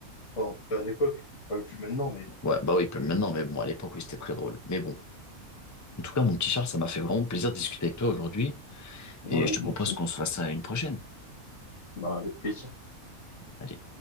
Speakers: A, on the left; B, on the left.
A: Enfin, en tout cas à l'époque, Enfin, plus maintenant, mais
B: ouais, bah oui, maintenant, mais bon, à l'époque, oui, c'était très drôle. Mais bon. En tout cas, mon petit Charles, ça m'a fait vraiment plaisir de discuter avec toi aujourd'hui. Et
A: ouais,
B: je te
A: moi
B: propose
A: aussi.
B: qu'on se fasse ça à une prochaine.
A: Bah, avec plaisir.
B: Allez.